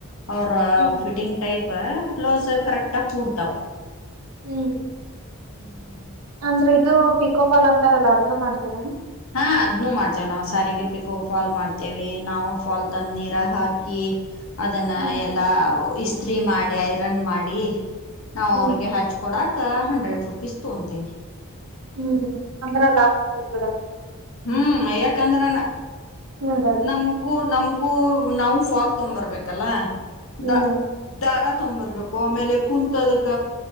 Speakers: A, on the left; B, on the right.
A: ಅವ್ರ
B: ಹ್ಮ್
A: ಫಿಟಿಂಗ್ ಟೈಪ್ ಬ್ಲೌಸ್ ಕರೆಕ್ಟ್ ತ ಕೂಡ್ತವು
B: ಹ್ಮ್
A: ಹ್ಮ್
B: ಅಂದ್ರೆ ಇದು ಪಿಕೋಪಾಲ್ ಅಂತಾರಲ್ಲ ಅದನ್ನು ಮಾಡ್ತೀರ
A: ಹಾ ಅದ್ನು ಮಾಡ್ತೇವೆ ನಾವವು ಸಾರಿಗೆ ಪಿಕ್ಕು ಫಾಲ್ ಮಾಡ್ತೇವಿ ನಾವು ಫಾಲ್ ತಂದ ನೀರಾಗ ಹಾಕಿ ಅದನ್ನ
B: ಹ್ಮ್
A: ಎಲ್ಲಾ ಇಸ್ತ್ರಿ ಮಾಡಿ ಮಾಡಿ ಐರನ್ ಮಾಡಿ ನಾವ್
B: ಹ್ಮ್
A: ಅವ್ರಿಗೆ ಹಚ್ಕೊಡ ಹಂಡ್ರೆಡ್ ರುಪೀಸ್ ತೊಂತೇವಿ
B: ಹ್ಮ್ ಅಂದ್ರ ಲಾಡು <unintelligible>
A: ಹ್ಮ್ ಯಾಕಂದ್ರ
B: ಹ್ಮ್ ಅದ್-
A: ನಮ್ಗೂ ನಮ್ ಗೂ ನಾವು ಫಾಲ್ ತೊಂಬರ್ಬೇಕಲ್ಲ
B: ಹ್ಮ್
A: ದ ದಾರಾ ತೊಂಬರ್ಬೇಕು ಆಮೇಲೆ ಕುಂತದಕ್ಕ